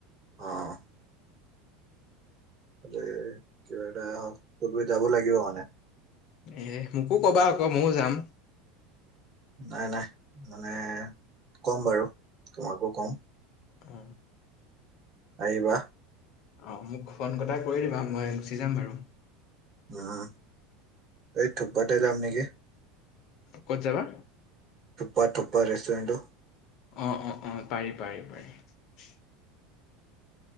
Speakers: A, on the right; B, on the left.
A: অ'। তাতে কিবা এটা কৰি যাব লাগিব মানে।
B: এ মোকো কবা আকৌ ময়ও যাম।
A: নাই নাই, মানে কম বাৰু তোমাকো কম।
B: উম।
A: আহিবা।
B: অ', মোক ফোন কটা কৰি দিবা মই গুচি যাম বাৰু।
A: উম, এই থুকপাতে যাম নেকি?
B: ক'ত যাবা?
A: পা, থুপ্পা ৰেষ্টুৰেণ্টটো।
B: অ', অ', অ', পাৰি, পাৰি, পাৰি।